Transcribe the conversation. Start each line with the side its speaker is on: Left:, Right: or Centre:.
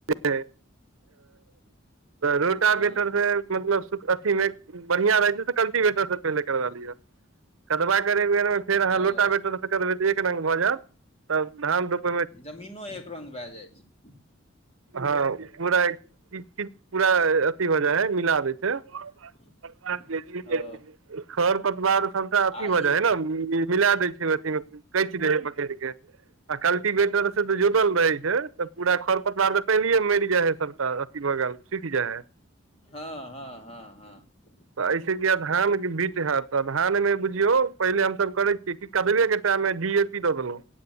Right: तऽ रोटा
Left: हँ
Right: वेटरसँ मतलब अथीमे बढ़िआँ रहैत छै से कलटीवेटरसँ पहिले करवा लिअ कदबा करके फेर अहाँ
Left: ओ
Right: लोटाै तऽ एक रङग भऽ जायत त धान रोप
Left: जमीनो एक रङ्ग भए जाइ छै
Right: हँ पूरा कि पूरा अथी हो जाइ हइ मिला दै छै
Left: <inaudible>
Right: खर
Left: ओ
Right: पतवार सबस अथी
Left: आ
Right: भऽ
Left: ई
Right: जाइ है ने मिला दे छै अथी मे कच दे पकड़ के आ कल्टिवेटर तऽ जुटल रहै छै तऽ पूरा खर पतवार तऽ पहिले मरि जाए है सभटा अथी भऽ गेल सुखि जाए है
Left: हँ हँ हँ हँ
Right: तऽ एहिस कि धानके बीट हयत तऽ धानमे बुझियौ पहिले हमसभ करै छियै कि कदबेके टाइममे जी ए पी दऽ दलहु